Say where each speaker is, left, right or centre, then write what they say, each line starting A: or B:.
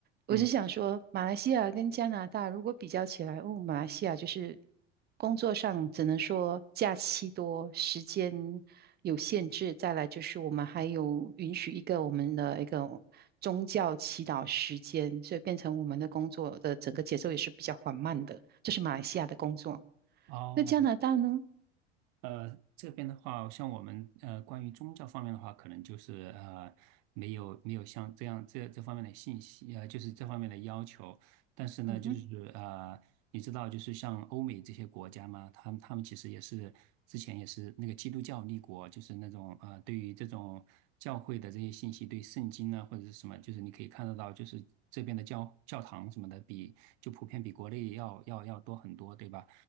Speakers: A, on the right; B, on the right.
A: 我是想说，
B: 嗯，
A: 马来西亚跟加拿大如果比较起来，哦，马来西亚就是工作上只能说假期多，时间有限制。再来就是我们还有允许一个我们的一个宗教祈祷时间，所以变成我们的工作的整个节奏也是比较缓慢的。这是马来西亚的工作。
B: 哦。
A: 那加拿大呢？
B: 呃，这边的话，像我们呃，关于宗教方面的话，可能就是呃，没有没有像这样这这方面的信息，呃，就是这方面的要求。但是呢，
A: 嗯哼，
B: 就是呃，你知道，就是像欧美这些国家嘛，他们他们其实也是之前也是那个基督教立国，就是那种呃，对于这种教会的这些信息，对圣经呢或者是什么，就是你可以看得到，就是这边的教教堂什么的比就普遍比国内要要要多很多，对吧？